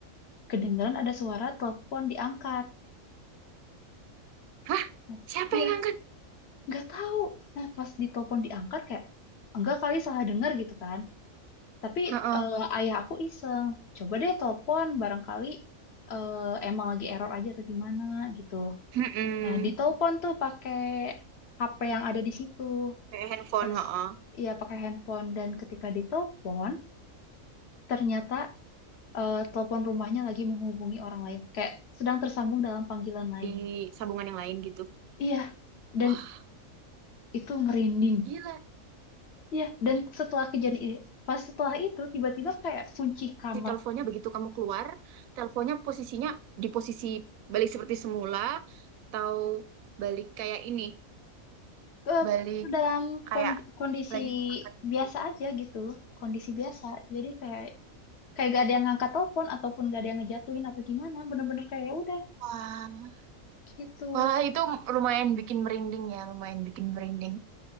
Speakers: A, on the left; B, on the right.
A: kedengaran ada suara telepon diangkat.
B: Hah?
A: Nah,
B: Siapa
A: Iya,
B: yang ngangkat?
A: nggak tahu. Nah pas ditelepon diangkat kayak enggak kali salah dengar gitu kan. Tapi
B: Heeh.
A: eh, ayah aku iseng, coba deh telepon barangkali eh, emang lagi error aja atau gimana gitu.
B: Mm-mm.
A: Nah, ditelepon tuh pakai HP yang ada di situ.
B: Kayak Handphone,
A: Pas
B: heeh.
A: ya pakai handphone dan ketika ditelepon, ternyata eh, telepon rumahnya lagi menghubungi orang lain, kayak sedang tersambung dalam panggilan lain.
B: Di sambungan yang lain gitu.
A: Iya, dan
B: Wah,
A: itu merinding.
B: gila.
A: Iya, dan setelah kejadian ini, pas setelah itu tiba-tiba kayak kunci kamar
B: Si teleponnya begitu kamu keluar, teleponnya posisinya di posisi balik seperti semula, atau balik kayak ini,
A: ke
B: balik
A: dalam
B: kayak
A: pon- kondisi
B: lagi diangkat gitu.
A: biasa aja gitu kondisi biasa jadi kayak kayak gak ada yang ngangkat telepon ataupun gak ada yang ngejatuhin atau gimana bener-bener kayak ya udah
B: Wah,
A: gitu
B: wah itu lumayan bikin merinding ya, lumayan bikin merinding.